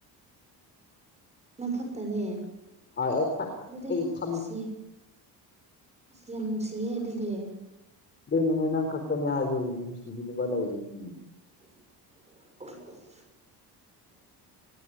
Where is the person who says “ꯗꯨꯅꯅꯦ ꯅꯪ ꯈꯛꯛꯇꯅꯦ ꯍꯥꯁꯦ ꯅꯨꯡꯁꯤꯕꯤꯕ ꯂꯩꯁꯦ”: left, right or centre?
Left